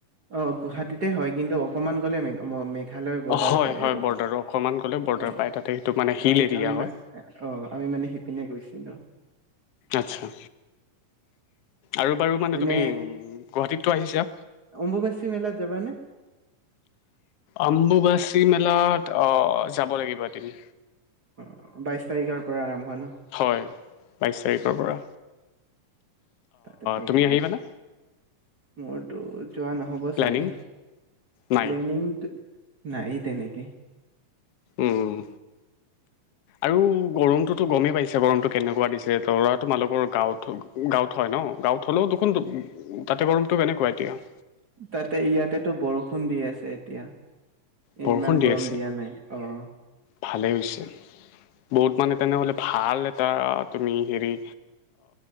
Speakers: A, on the right; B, on the left.
A: অ গুৱাহাটীতে হয় কিন্তু অকমান গ'লে মেঘালয় বৰ্ডাৰ
B: অ হয়
A: পাই
B: হয়
A: আৰু
B: বৰ্ডাৰ অকণমান গ'লে বৰ্ডাৰ
A: অ
B: পায় তাতে সেইটো মানে হিল
A: আমি
B: এৰিয়া
A: আমি
B: হয়
A: অ আমি মানে সিপিনে গৈছিলো অ
B: আচ্ছা আৰু বাৰু মানে
A: এনে
B: তুমি গুৱাহাটীততটো আহিছা।
A: ম বেছি মেলাত যাবা নে
B: অম্বুবাচী মেলাত আহ যাব লাগিব তুমি
A: অ বাইশ তাৰিখৰ পৰা আৰম্ভ ন।
B: হয় বাইছ তাৰিখৰ পৰা
A: ততেতো
B: তুমি
A: বহুত
B: আহিবানে
A: মট যোৱা নহ'ব
B: প্লেনিং
A: চাগে
B: নাই
A: প্লেনিং নাই তেনেকে
B: উম আৰু গৰমটোতো গমেই পাইছে গৰমটো কেনেুৱ দিছে দৰা তোমালোকৰ গাঁৱত গাঁৱত হয় ন গাঁৱত হ'লেও দেখোন তাতে গৰমতটো কেনেকুৱা এতিয়া
A: তাতে ইয়াতেতো বৰষুণ দি আছে এতিয়া এ
B: বৰষুণ
A: ইমান
B: দি
A: গৰম
B: আছে
A: দিয়া নাই অ
B: ভালেই হৈছে বহুত মানে তেনেহ'লে ভাল এটা তুমি হেৰি।